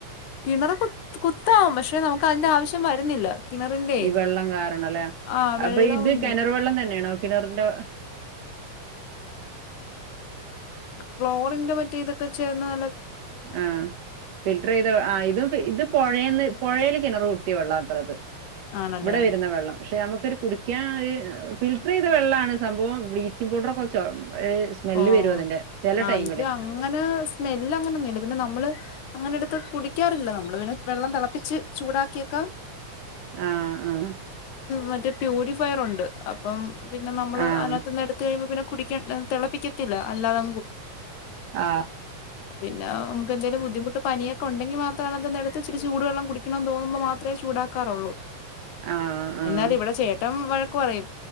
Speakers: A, on the left; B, on the right.
A: കിണർ കു കുത്താം പക്ഷെ നമുക്ക് അതിന്റെ ആവശ്യം വരുന്നില്ല കിണറിന്റെ
B: ഈ വെള്ളം കാരണംല്ലേ
A: ആഹ് വെള്ളമുണ്ട്
B: അപ്പൊ ഇത് കെണർ വെള്ളം തന്നെയാണോ കിണറിന്റെ
A: ഫ്ലോറിന്റെ മറ്റെ ഇതൊക്കെ ചേർന്ന ന
B: ആ ഫിൽട്ടർ ചെയ്ത ആ ഇതും പൊഴേന്ന് പൊഴേല് കിണറ് കുത്തിയ വെള്ളാത്രെ ത്
A: ആണല്ലേ
B: ഇവിടെ വരുന്ന വെള്ളം ക്ഷെ നമു ത് ഒരു കുടിക്കാൻ ഒരു ഫിൽറ്റർ എയ്ത വെള്ളാണ് സംഭവം ബ്ലീച്ചിങ് പൗഡർക്കെ ചൊ സ്മെല്ല്
A: ഓ
B: വരും അതിന്റെ ചില
A: ആഹ്
B: ടൈമില്
A: ഇത് അങ്ങനെ സ്മെല് അങ്ങനൊന്നും ഇല്ല പിന്നെ നമ്മള് അങ്ങനെ എടുത്ത് കുടിക്കാറില്ല നമ്മള് പിന്നെ വെള്ളം തെളപ്പിച്ച് ചൂടാക്കിയക്കാം
B: ആ ആ
A: മറ്റേ പ്യൂരിഫയർ ഉണ്ട് അപ്പം പിന്നെ നമ്മള്
B: ആഹ്
A: അതിനകത്ത്ന്ന് എടുത്ത് കഴിയുമ്പോ പിന്നെ കുടിക്കണ്ട തിളപ്പിക്കത്തില്ല അല്ലാതെ
B: ആ
A: പിന്നെ നമുക്ക് എന്തേലും ബുദ്ധിമുട്ട് പനിയൊക്കൊഉണ്ടെങ്കിൽ മാത്രം എടുത്ത് ചൂട് വെള്ളം കുടിക്കണംന്ന് തോന്നുമ്പൾ മാത്രമേ ചൂടാക്കാറുള്ളൂ
B: ആഹ് ആഹ് ആഹ്
A: എന്നാല് ഇവിടെ ചേട്ടൻ വ- വഴക്ക് പറയും